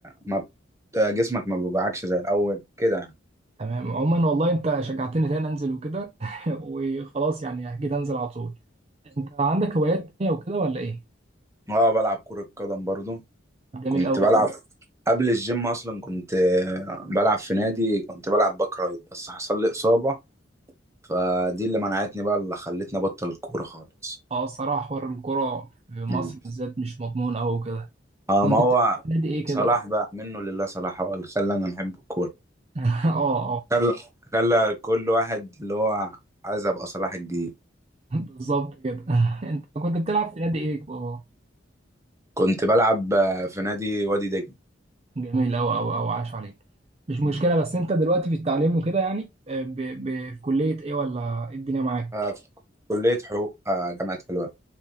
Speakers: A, on the right; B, on the right.
A: ما بت- جسمك ما بيوجعكش زي الأول كده يعني
B: تمام عموما والله انت شجعتني تاني انزل وكده <laughs> وخلاص يعني اكيد انزل على طول انت عندك هوايات تانية وكده ولا ايه
A: اه بلعب كرة قدم برضو
B: جميل
A: كنت
B: قوي
A: بلعب
B: قوي
A: قبل الجيم أصلا كنت آه، بلعب في نادي كنت بلعب باك رايت بس حصل لي إصابة فدي اللي منعتني بقى اللي خلتني أبطل الكورة خالص
B: اه الصراحه حوار الكوره في مصر
A: مم.
B: بالذات مش مضمون قوي كده
A: اه
B: كنت
A: ما هو
B: بتلعب في نادي ايه كده
A: صلاح
B: <laughs>
A: بقى منه لله صلاح هو اللي خلاني أنا أحب الكورة
B: اه اه
A: خلى خلى كل واحد اللي هو عايز أبقى صلاح الجديد
B: بالظبط كده <laughs> انت كنت بتلعب في نادي ايه آه.
A: كنت بلعب آه، في نادي وادي دجله
B: جميل أوي أوي أوي عاش عليك مش مشكلة
A: مم.
B: بس أنت دلوقتي في التعليم وكده يعني آه، ب... ب... في كلية إيه ولا إيه الدنيا معاك؟
A: آه، في كلية حقوق آه، جامعة حلوان